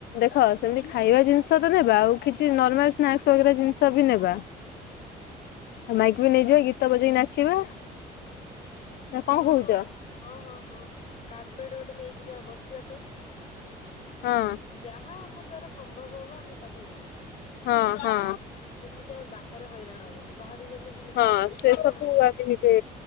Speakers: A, on the left (about 75°); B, on the left (about 40°).
A: ଦେଖ ସେମିତି ଖାଇବା ଜିନିଷତ ନେବା ଆଉ କିଛି ନର୍ମାଲ ସ୍ନାକ୍ସ ବଗେରା ଜିନିଷବି ନେବା। ଆଉ ମାଇକବି ନେଇଯିବା ଗୀତ ବଜେଇି ନାଚିବା। ନା କଣ
B: ହଁ
A: କହୁଛ
B: ହଁ ହଁ ହଁ ହଁ କାର୍ପେଟ ଗୋଟେ ନେଇଯିବା ବସିବା ପାଇଁ।
A: ହଁ।
B: ଯାହା ଆମ ଦ୍ଵାରା ସମ୍ଭବ ହବ ଆମେ ତାକୁ ନେଇକି ଯିବା।
A: ହଁ ହଁ।
B: ଯେମିତି ଆ ବାହାରେ ହଇରାଣ ହବାନି ବାହାରକୁ ଗଲେ ବି ଲୋକମାନେ
A: ହଁ
B: ବହୁତ
A: ସେ
B: ହଇରାଣ
A: ସବୁ
B: ହୁଅନ୍ତି
A: ଆମେ
B: ନା।
A: ଏବେ